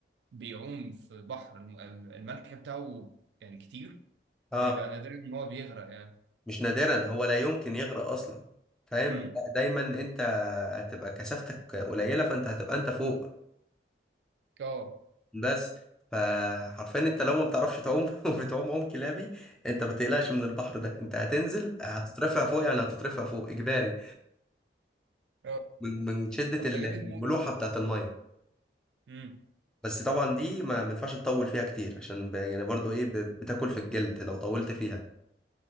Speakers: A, on the right (about 80°); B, in the centre.
A: بيعوم في بحر الم- الملح بتاعه يعني كتير
B: اه
A: بيبقى نادر ان هو بيغرق يعني
B: مش نادرا هو لا يمكن يغرق اصلا فاهم
A: امم
B: لا، دايما انت هتبقى كثافتك قليلة فانت هتبقى انت فوق
A: اه
B: بس فحرفيا انت لو ما بتعرفش تعوم <laughs> وبتعوم عوم كلابي انت ما تقلقش من البحر ده انت هتنزل هتترفع فوق يعني هتترفع فوق اجباري
A: اه
B: من من شدة
A: طب ده جامد
B: الملوحة
A: موت ده
B: بتاعت المية
A: امم
B: بس طبعا دي ما ما ينفعش تطول فيها كتير عشان ب... يعني برضو ايه ب... بتاكل في الجلد لو طولت فيها